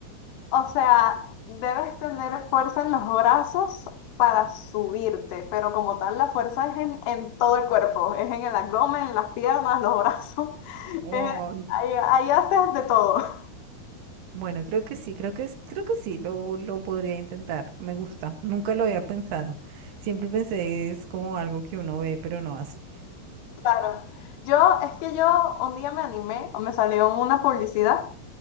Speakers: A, on the left; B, on the right.
A: O sea, debes tener fuerza en los brazos para subirte, pero como tal, la fuerza es en, en todo el cuerpo, es en el abdomen, en las piernas, los brazos.
B: Oh,
A: Eh, ahí, ahí haces de todo. <laughs>
B: bueno, creo que sí, creo que es, creo que sí, lo, lo podría intentar, me gusta, nunca lo había pensado, siempre pensé es como algo que uno ve pero no hace.
A: Claro. Yo, es que yo un día me animé, o me salió una publicidad